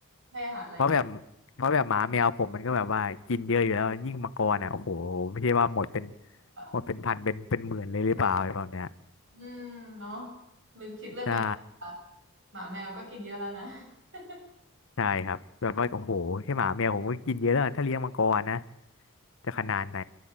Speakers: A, on the right; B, on the left.
A: ให้อาหารอะไรดี
B: เพราะแบบเพราะแบบหมาแมวผมมันก็แบบว่ากินเยอะอยู่แล้วยิ่งมังกรอ่ะโอ้โหไม่ใช่ว่าหมดเป็น
A: <laughs>
B: หมดเป็นพันเป็นเป็นหมื่นเลยหรือเปล่าอะไรแบบเนี้ย
A: อืมเนาะลืมคิดเรื่องนั้นค่ะ
B: ใช่
A: หมาแมวก็กินเยอะแล้วนะ <laughs>
B: ใช่ครับแบบว่าโอ้โหแค่หมาแมวผมก็กินเยอะแล้วถ้าเลี้ยงมังกรนะ จะขนาดไหน